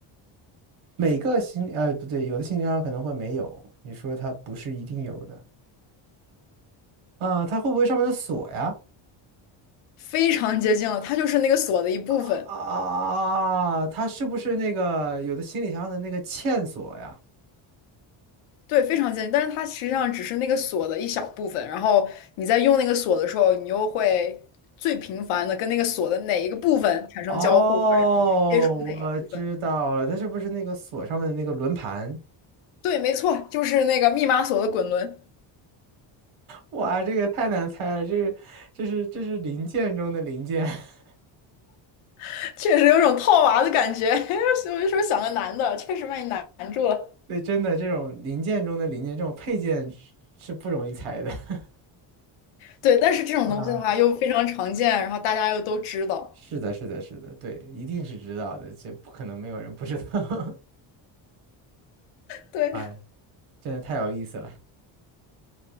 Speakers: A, on the right (about 75°); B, on the left (about 80°).
A: 每个行李，哎，不对，有的行李箱可能会没有。你说它不是一定有的啊？它会不会上面的锁呀？
B: 非常接近了。它就是那个锁的一部分，
A: 啊，它是不是那个有的行李箱的那个嵌锁呀？
B: 对，非常接近。但是它实际上只是那个锁的一小部分。然后你在用那个锁的时候，你又会最频繁的跟那个锁的哪一个部分产生交互，
A: 哦，
B: 或者是你去接触哪一个部分。
A: 我知道了，它是不是那个锁上面的那个轮盘？
B: 对，没错，就是那个密码锁的滚轮，
A: 哇，这个太难猜了，这这是这是零件中的零件，<laughs>
B: <laughs> 确实有种套娃的感觉。<laughs> 所以我就说想个难的，确实把你难住了。
A: 对，真的这种零件中的零件，这种配件是是不容易猜的。<laughs>
B: 对，但是这种东西的话又非常常见，
A: 哇，
B: 然后大家又都知道。
A: 是的，是的，是的，对，一定是知道的，这不可能没有人不知道。<laughs>
B: 对，
A: 哎，真的太有意思了。